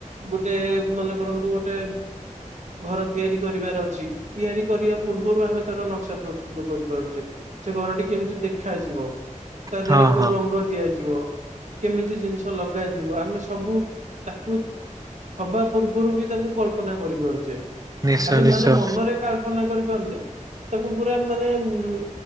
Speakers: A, on the right (about 60°); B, on the right (about 25°).
A: ଗୋଟେ ମନେ କରନ୍ତୁ ଗୋଟେ। ଘର ତିଆରି କରିବାର ଅଛି ତିଆରି କରିବା ପୂର୍ବରୁ ଆମେ ତାର ନକ୍ସା ପ୍ରସ୍ତୁତ କରିପାରୁଚେ। ସେ ଘରଟି କେମିତି ଦେଖାଯିବ ତା
B: ହଁ
A: ଦେହରେ କୋଉ
B: ହଁ
A: ରଙ୍ଗ ଦିଆଯିବ। କେମିତି ଜିନିଷ ଲଗାଯିବ ଆମେ ସବୁ ତାକୁ। ହବା ପୂର୍ବୁରୁ ବି ତାକୁ କଳ୍ପନା କରିପାରୁଚେ
B: ନିଶ୍ଚୟ
A: ଖାଲି
B: ନିଶ୍ଚୟ
A: ମାନେ ମନରେ କା ଳ୍ପନା କରିପାରୁନେ ତାକୁ ପୁରା ମାନେ ଉଁ।